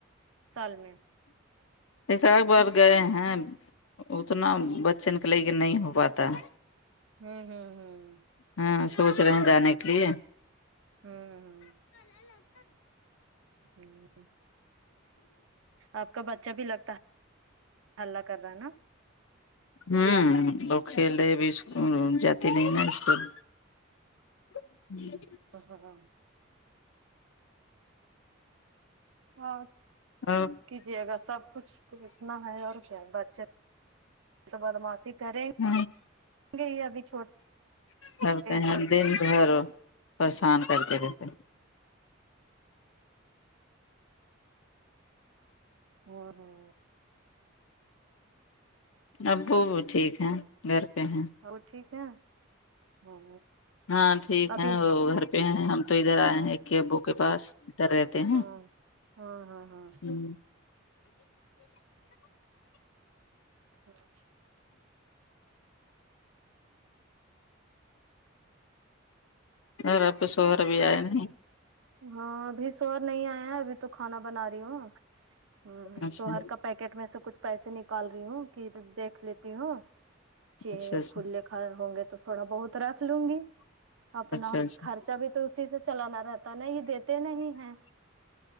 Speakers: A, on the right; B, on the left.
A: سال میں
B: ایک ادھ بار گئے ہیں اتنا
A: ہ
B: بچن کے لے کے نہیں ہو پاتا ہے
A: ہوں ہوں ہوں
B: ہاں سوچ رہے ہیں جانے کے لیے
A: ہوں ہ ہوں آپ کا بچہ بھی لگتا ہے ہلہ کر رہا ہے نا
B: ہوں وہ کھیل لیری ابی اسکو جاتی نہیں نا اسکول ہوں
A: ہاں ہاں ہاں ہاں
B: ہاں
A: کیجیے گا سب کچھ تو اتنا ہے اور کیا ہے بچے تو بدماشی کریں
B: ہ
A: گے ہی ابھی چھوٹے
B: کرتے ہیں
A: تو
B: دن بھر پریشان کر کے رہتےے
A: ہاں ہاں
B: ابو وہ ٹھیک ہے گھر پہ ہیں
A: ہ ٹھیک ہے ہاں
B: ہاں ٹھیک
A: ابھی
B: ہے وہ گھر پہ ہیں ہم تو ادھر
A: ہاں
B: آئے
A: ہاں
B: ہیں کے ابو کے پاس تر رہتے ہیں
A: ہاں ہاں ہاں ہاں
B: ہمم
A: ہاں
B: اگر آپ کے شوہر بھی ائے نہیں
A: ہاں ابھی سور نہیں ایا ابھی تو کھانا بنا رہی ہوں ہمم
B: اچھا
A: سوہر کا پیکٹ میں سے کچھ پیسے نکال رہی ہوں کی دیکھ لیتی ہوں چے
B: اچھا
A: ہے
B: اچھا
A: کھلے کھا ہوں گے تو تھوڑا بہت رکھ لوں گی اپنا
B: اچھا اچھا
A: خرچہ بھی تو اسی سے چلانا رہتا تا نا نہیں یے دیتے نہیں ہیں